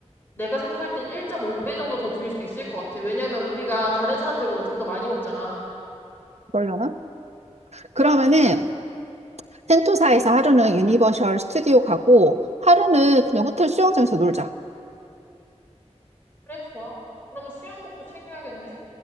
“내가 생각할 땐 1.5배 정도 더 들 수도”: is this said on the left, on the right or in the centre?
Left